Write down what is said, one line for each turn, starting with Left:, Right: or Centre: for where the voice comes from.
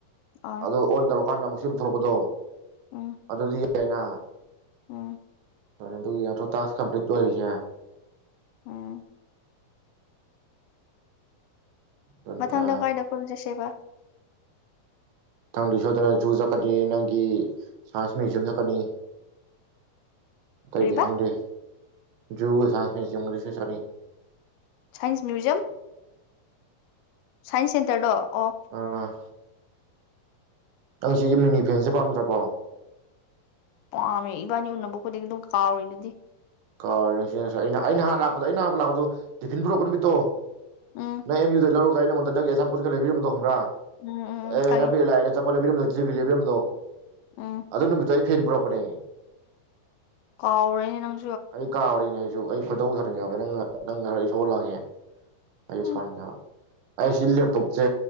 Left: ꯑꯥ
Right: ꯑꯗꯨꯣ ꯑꯣꯟ ꯇꯧꯔꯀꯥꯟꯗ ꯨꯝ ꯊꯣꯛꯂꯛꯄꯗꯣ
Left: ꯎꯝ
Right: ꯑꯗꯨ ꯑꯗꯨꯗꯤ ꯆꯩꯅꯥ
Left: ꯎꯝ
Right: ꯐꯔꯦ ꯑꯗꯨ ꯌꯥ ꯇꯥꯁ ꯀꯝꯄꯂꯤꯠ ꯑꯣꯏꯔꯤꯁꯦ
Left: ꯑꯝ
Right: ꯑꯗꯨꯅꯤꯗ
Left: ꯃꯊꯪꯗ ꯀꯥꯏꯗ ꯈꯖꯦꯁꯦꯕ
Right: ꯅꯪꯗꯤ ꯁꯣꯏꯗꯅ ꯖꯨ ꯆꯠꯀꯅꯤ ꯅꯪꯒꯤ ꯁꯥꯏꯟꯁ ꯃ꯭ꯌꯨꯖꯤꯌꯝ ꯆꯠꯀꯅꯤ ꯇꯗꯤ
Left: ꯀꯔꯤꯕ
Right: ꯈꯪꯗꯦ ꯌꯨꯁꯗꯨꯁꯨ ꯁꯥꯔ
Left: ꯁꯥꯏꯟꯁ ꯃ꯭ꯌꯨꯖꯤꯌꯝ ꯁꯥꯏꯟꯁ ꯁꯦꯟꯇꯔꯗꯣ ꯑꯣ
Right: ꯑꯥ ꯅꯪ ꯁꯤꯒꯤ ꯃꯤꯅꯤ ꯐꯦꯟꯁꯦ ꯄꯥꯝꯗ꯭ꯔꯕꯣ
Left: ꯄꯥꯝꯃꯦ ꯏꯕꯥꯅꯤ ꯎꯅꯕ ꯈꯨꯗꯤꯡ ꯑꯗꯨꯝ ꯀꯥꯎꯔꯔꯤ ꯑꯗꯨꯗꯤ
Right: ꯀꯁꯤꯁ ꯑꯩꯅ ꯑꯩꯅ ꯍꯥꯟ ꯂꯥꯛꯄꯗ ꯑꯩꯅ ꯍꯍ ꯂꯥꯛꯄꯗꯣ ꯇꯤꯐꯤꯟ ꯄꯨꯔꯛꯄ ꯅꯨꯃꯤꯠꯇꯣ
Left: ꯎꯝ
Right: ꯅꯪ ꯑꯦꯝ ꯌꯨꯗꯩ ꯂꯧꯔꯒ ꯑꯩꯉꯗ ꯅꯪ ꯑꯦꯁꯥꯄꯠꯀꯒ ꯂꯩꯕꯤꯝꯣ ꯈꯪ꯭ꯔꯥ
Left: ꯎꯝ ꯎꯝ ꯎꯝ
Right: ꯑꯦꯩꯅ
Left: ꯈꯪꯉꯦ
Right: ꯄꯤ ꯂꯅꯦ ꯆꯄꯂꯦꯝ ꯖꯤ ꯕꯤ ꯂꯩꯦꯕꯤꯝꯕꯗꯣ
Left: ꯎꯝ
Right: ꯑꯗꯨꯗꯣ ꯅꯃꯤ ꯇꯥꯏ ꯐꯔ ꯭ꯔꯣꯄꯔꯦ
Left: ꯀꯥꯎꯔꯦꯅꯦ ꯅꯪ
Right: ꯑꯩ ꯀꯥ ꯑ ꯅ ꯑꯩ ꯐꯣꯏꯗꯧꯖꯔꯤꯉꯕ ꯅꯪ ꯅꯪ ꯈꯔ ꯏꯁꯧꯜ ꯂꯥꯡꯉꯦ ꯑꯩ
Left: ꯎꯝ
Right: ꯁꯔ ꯀꯕ ꯑꯩꯁꯤ ꯂꯦꯞꯇꯣꯞꯁꯦ